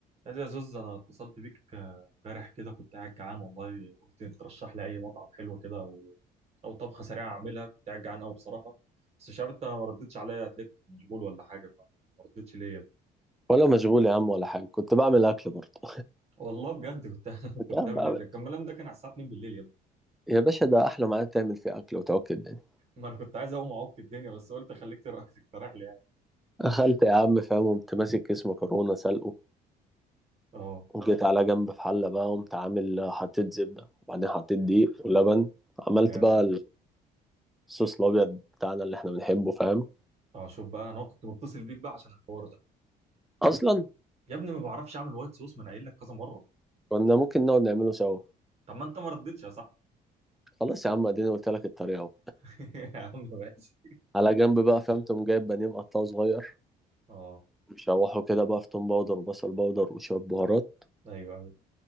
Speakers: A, on the right; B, in the centre.
A: هذا يا زوز انا اتصلت بيك آه، امبارح كده كنت قاعد جعان والله قلت ترشح لي اي مطعم حلو كده او او طبخه سريعه اعملها كنت قاعد جعان قوي بصراحه بس مش عارف انت ما ردتش عليا هتلاقيك كنت مشغول ولا حاجه فما ردتش ليه يا ابني
B: ولا مشغول يا عم ولا حاجة كنت بعمل أكل برضه
A: والله بجد كنت <laughs> كنت
B: كنت
A: بتعمل
B: قاعد بقى-
A: ايه ده كان الكلام ده كان على الساعه 2 بالليل يا ابني
B: يا باشا ده أحلى ميعاد تعمل فيه أكل وتوكل الدنيا
A: ما انا كنت عايز اقوم اعك الدنيا بس قلت خليك تر- <laughs> تقترح لي يعني
B: أخلت يا عم فاهم قمت ماسك كيس مكرونة سلقه
A: اه
B: وجيت على جنب في حلة بقى قمت عامل حطيت زبدة وبعدين حطيت دقيق ولبن عملت
A: جامد
B: بقى الصوص الأبيض بتاعنا اللي إحنا بنحبه فاهم
A: اه شوف بقى انا كنت متصل بيك بقى عشان الحوار ده
B: أصلا
A: يا ابني ما بعرفش اعمل وايت صوص ما انا قايل لك كذا مره
B: كنا ممكن نقعد نعمله سوا
A: طب ما انت ما ردتش يا صاحبي
B: خلاص يا عم اديني قلت لك الطريقة أهو
A: <laughs> يا عم ماشي
B: على جنب بقى فاهم تقوم جايب بانيه مقطعه صغير
A: اه
B: مشوحه كده بقى في توم باودر وبصل باودر وشوية بهارات
A: ايوه